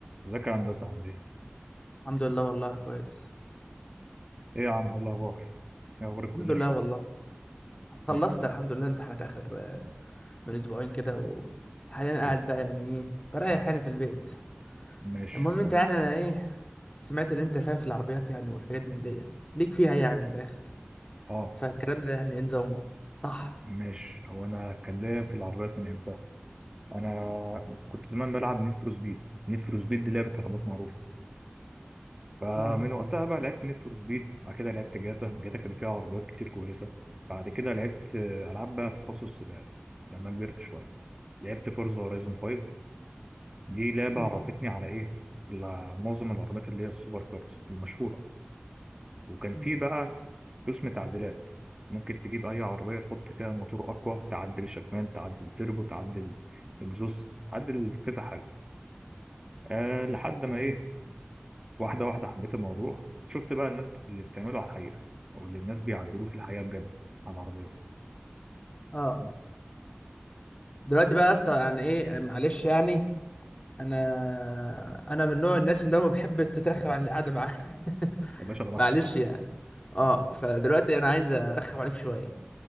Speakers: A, on the right; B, on the left.
A: ازيك يا هندسة عامل ايه؟
B: الحمد لله والله كويس
A: ايه يا عم ايه الأخبار؟ ايه أخبار الكلية؟
B: الحمد لله والله خلصت
A: نعم
B: الحمد لله امتحانات اخر آه، من اسبوعين كده وحاليا قاعد
A: حلو
B: بقى يعني ايه بريح
A: اه
B: يعني في البيت
A: ماشي
B: المهم انت
A: كويس
B: يعني انا ايه سمعت ان انت فاهم في العربيات يعني والحاجات من ديت ليك فيها يعني من الاخر
A: اه
B: فالكلام ده يعني ايه نظامه صح
A: ماشي هو أنا هتكلم في العربيات من امتى؟ أنا كنت زمان بلعب نيد فور سبيد نيد فور سبيد دي لعبة عربيات معروفة فمن
B: مم.
A: وقتها بقى لعبت نيد فور سبيد بعد كده لعبت جاتا جاتا كان فيها عربيات كتير كويسة بعد كده لعبت آه، ألعاب بقى تخصص سباقات لما كبرت شوية لعبت فورزا هورايزون 5 دي لعبة
B: مم.
A: عرفتني على ايه؟ على معظم العربيات اللي هي السوبر كارز المشهورة وكان
B: مم.
A: في بقى قسم تعديلات ممكن تجيب أي عربية تحط فيها موتور أقوى تعدل شكمان تعدل تربو تعدل إكزوست تعدل كذا حاجة أه لحد ما إيه واحدة واحدة حبيت الموضوع شفت بقى الناس اللي بتعمله على الحقيقة أو اللي الناس بيعدلوه في الحقيقة بجد على عربياتهم
B: اه
A: بس
B: دلوقتي بقى يا اسطى يعني ايه معلش يعني انا انا من نوع الناس اللي هم بحب تترخم عن القعده معاه
A: يا
B: <laughs>
A: باشا براحتك
B: معلش يعني اه فدلوقتي انا عايز ارخم عليك شويه